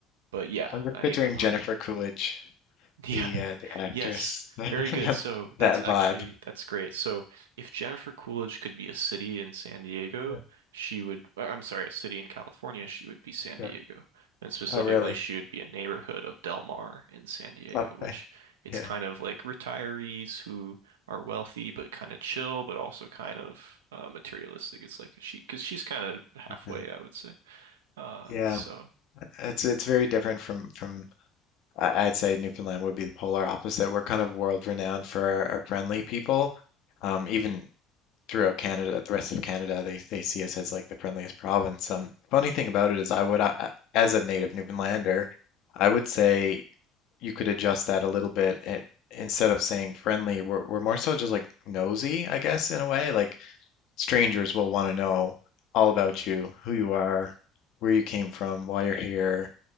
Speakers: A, on the right; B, on the left.
A: But yeah,
B: I'm just
A: I
B: picturing
A: mean the part.
B: Jennifer
A: <laughs>
B: Coolidge,
A: Yeah.
B: the uh, the actress,
A: Yes.
B: <laughs> that
A: Very good. So that's actually
B: vibe.
A: that's great. So if Jennifer Coolidge could be a city in San Diego,
B: Yeah.
A: she would, uh, I'm sorry, a city in California, she would be San
B: yeah.
A: Diego. And specifically,
B: Oh, really?
A: she would be a neighborhood of Del Mar in San Diego,
B: Okay.
A: which it's
B: Yeah.
A: kind of like retirees who are wealthy but kind of chill, but also kind of uh, materialistic. It's like she, because she's kind of halfway,
B: Yeah.
A: I would say. Uh,
B: Yeah,
A: so
B: it's it's very different from from I- I'd say Newfoundland would be the polar opposite. We're kind of world renowned for our, our friendly people. Um, even throughout Canada, the rest of Canada, they, they see us as like the friendliest province. Um, funny thing about it is, I would, uh, uh, as a native Newfoundlander, I would say you could adjust that a little bit. It, instead of saying friendly, we're, we're more so just like nosy, I guess, in a way. Like strangers will want to know all about you, who you are, where you came from, why you're here.